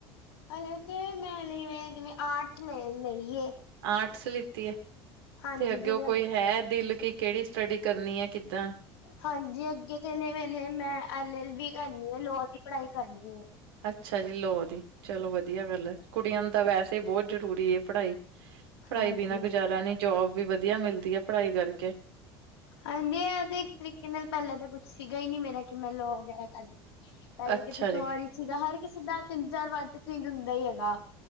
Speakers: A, on the left (about 80°); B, on the right (about 75°).
A: ਹਲੇ ਤੇ ਮੈਂ ਲਈਵੇ ਜਿਵੇਂ ਆਰਠ ਲੈ ਲਈਏ
B: ਆਰਟਸ ਲਿੱਤੀ ਹੈ
A: ਹਾਂਜੀ
B: ਤੇ ਅੱਗੇ
A: ਜਿਵੇਂ
B: ਉਹ ਕੋਈ ਹੈ ਦਿਲ ਕੀ ਕਿਹੜੀ ਸਟੱਡੀ ਕਰਨੀ ਹੈ ਕਿੱਦਾਂ
A: ਹਾਂਜੀ ਅੱਗੇ ਚਲੇਵੇ ਨੇ ਮੈਂ ਐਲ ਐਲ ਵੀ ਕਰਨੀ ਹੈ ਲੋਅ ਦੀ ਪੜ੍ਹਾਈ ਕਰਨੀ ਹੈ।
B: ਅੱਛਾ ਜੀ ਲੋਅ ਦੀ ਚਲੋ ਵਧੀਆ ਗੱਲ ਹੈ ਕੁੜੀਆਂ ਨੂੰ ਤਾਂ ਵੈਸੇ ਹੀ ਬਹੁਤ ਜ਼ਰੂਰੀ ਹੈ ਪੜ੍ਹਾਈ ਪੜ੍ਹਾਈ
A: ਹਾਂਜੀ
B: ਵੀਨਾ ਗੁਜ਼ਾਰਾ ਨੀ ਜੋਬ ਵੀ ਵਧੀਆ ਮਿਲਦੀ ਹੈ ਪੜ੍ਹਾਈ ਕਰਕੇ
A: ਹਾਂਜੀ ਇਹ ਤੇ ਇੱਕ ਤਰੀਕੇ ਨਾਲ ਪਹਿਲਾਂ ਤਾਂ ਕੁਛ ਸੀਗਾ ਹੀ ਨੀ ਮੇਰਾ ਕਿ ਮੈਂ ਲੋਅ ਵਗੈਰਾ ਕਰਨ ਪਹਿਲੇ
B: ਅੱਛਾ
A: ਤੇ ਪਿਸ਼ੋ
B: ਜੀ
A: ਆ ਹੀ ਸੀਗਾ ਹਰ ਕਿਸੇ ਦਾ ਤਿੰਨ ਚਾਰ ਵਾਰ ਤੇ ਚੇਂਜ ਹੁੰਦਾ ਹੀ ਹੈਗਾ